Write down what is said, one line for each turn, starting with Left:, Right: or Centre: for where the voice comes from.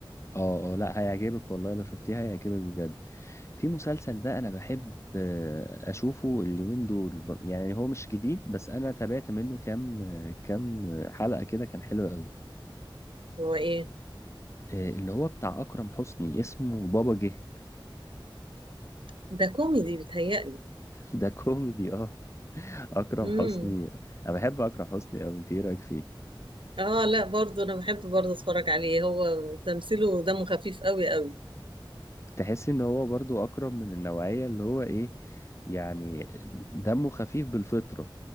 Left: اه اه لا هيعجبك والله لو شفتيها هيعجبك بجد في مسلسل بقى انا بحب آه، اشوفه اليومين دول ب- يعني هو مش جديد بس انا تابعت منه كام آه، كام حلقة كده كان حلو قوي
Right: هو إيه
Left: آه، اللي هو بتاع اكرم حسني اسمه بابا جه
Right: ده كوميدي بيتهيألي
Left: <laughs> ده كوميدي اه اكرم
Right: مم.
Left: حسني انا بحب اكرم حسني قوي انت ايه رايك فيه
Right: اه لا برضه انا بحب برضه اتفرج عليه هو تمثيله دمه خفيف قوي قوي
Left: تحس ان هو برضو اكرم من النوعية اللي هو ايه يعني دمه خفيف بالفطرة